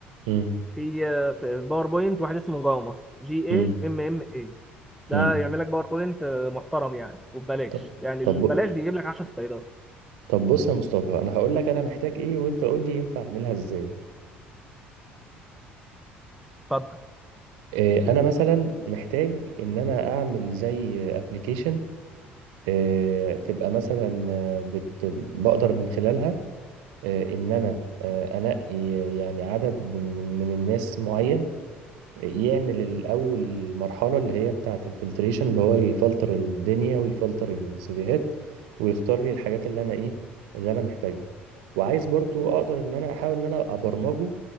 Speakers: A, on the right; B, in the centre.
A: امم
B: في في باوربوينت واحد اسمه جاما جي اي
A: امم
B: ام ام اي ده
A: امم
B: يعمل لك باوربوينت محترم يعني وببلاش
A: ط-
B: يعني
A: طب
B: البلاش بيجيب لك 10 سلايدات
A: طب بص يا مصطفى انا هقول لك انا محتاج ايه وانت قول لي ينفع اعملها ازاي
B: اتفضل
A: إيه انا مثلا محتاج ان انا اعمل زي ابلكيشن إيه تبقى مثلا آه، بت بقدر من خلالها آه، ان انا آه، انقي يعني عدد من من الناس معين يعمل الأول مرحلة اللي هي بتاعة الفلتريشن اللي هو يفلتر الدنيا ويفلتر السيفيهات ويختار لي الحاجات اللي أنا إيه اللي أنا محتاجها وعايز برضو أقدر إن أنا أحاول إن أنا أبرمجه